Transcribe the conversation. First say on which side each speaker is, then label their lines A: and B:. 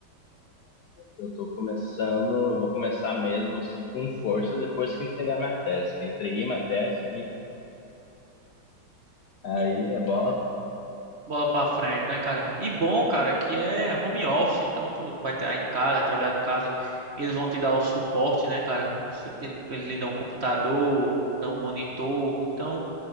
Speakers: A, on the left; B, on the right.
A: eu tô começando, vou começar mesmo, assim, com força depois que entregar minha tese. Que eu entreguei minha tese e aí
B: e
A: é bola.
B: Bola pra frente, né, cara? E bom, cara, que é home office, então tu vai estar em casa, vai trabalhar de casa, eles vão te dar o suporte, né, cara? Se- Eles, eles lhe dão um computador, dão um monitor, então,